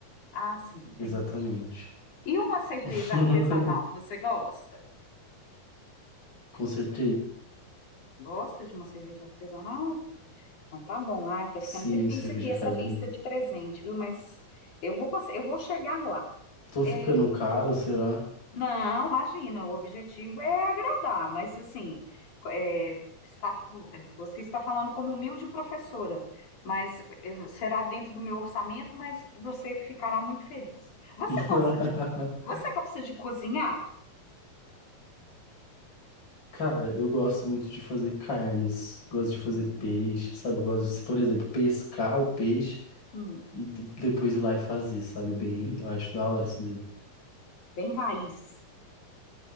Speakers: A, on the left (about 55°); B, on the left (about 30°).
A: Ah, sim, tem.
B: Exatamente.
A: E uma cerveja
B: <laughs>
A: artesanal, você gosta?
B: Com certeza.
A: Gosta de uma cerveja artesanal? Então tá bom. Ai, tá
B: Sim,
A: ficando difícil
B: cerveja
A: aqui
B: cai
A: essa lista
B: bem.
A: de presente, viu? Mas eu vou, cons- eu vou chegar lá.
B: Tô ficando
A: É,
B: caro, será?
A: Não, imagina, o objetivo é agradar, mas assim, é, está- você está falando como humilde professora, mas eh, será dentro do meu orçamento, mas você ficará muito feliz. Você
B: <laughs>
A: gosta de, você gosta de cozinhar?
B: Cara, eu gosto muito de fazer carnes, gosto de fazer
A: Hum,
B: peixe, sabe? Eu gosto de, por exemplo, pescar o peixe
A: hum,
B: e de- depois ir lá e fazer, sabe? Bem, eu acho da hora isso
A: bem raiz.